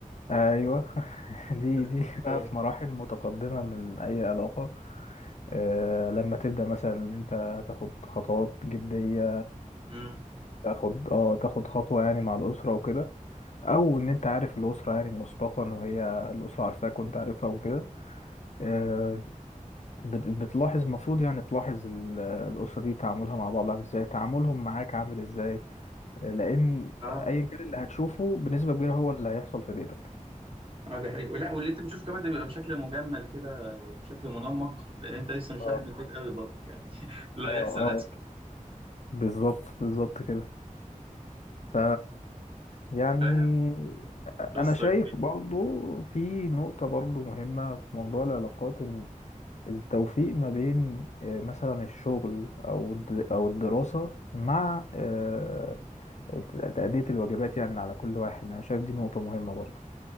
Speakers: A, on the left; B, on the right.
A: ايوه <laughs> دي
B: <laughs> ده-
A: دي
B: ده حاجه
A: بقى في مراحل متقدمه من اي علاقه آه، لما تبدأ مثلا إن انت تاخد خطوات جدية
B: امم
A: تاخد اه تاخد خطوة يعني مع الأسرة وكده أو إن أنت عارف الأسرة يعني مسبقا وهي الأسرة عارفاك وأنت عارفها وكده آه، بت- بتلاحظ المفروض يعني تلاحظ ال- الأسرة دي تعاملها مع بعض عامل إزاي تعاملهم معاك عامل إزاي آه، لأن
B: اه
A: أيا كان اللي هتشوفه بنسبة كبيرة هو اللي هيحصل في بيتك
B: اه دي حقيقة لا واللي انت بتشوفه كمان ده بيبقى بشكل مجمل كده وبشكل منمق لان انت لسه مش
A: اه
B: واحد من البيت قوي برضه يعني <laughs> لا
A: اه
B: يحصل
A: اه
B: اسوء
A: بالظبط بالظبط كده ف يعني
B: فاهم
A: انا
B: قصه
A: شايف
B: كبيره
A: برضو في نقطة برضو مهمة في موضوع العلاقات ان التوفيق ما بين آه، مثلا الشغل او الد- او الدراسة مع آه، تأدية الواجبات يعني على كل واحد انا شايف دي نقطة مهمة برضو